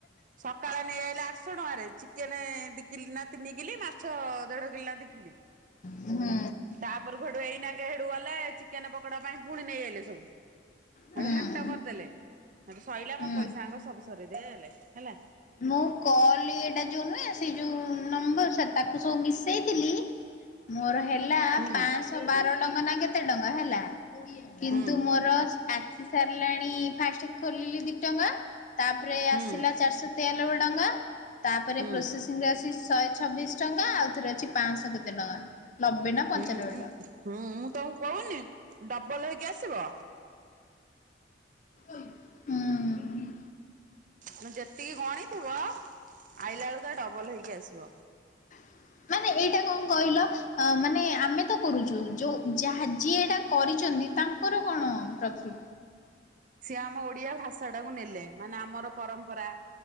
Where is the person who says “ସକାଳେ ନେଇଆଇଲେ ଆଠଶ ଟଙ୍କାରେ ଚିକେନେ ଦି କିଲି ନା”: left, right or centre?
Right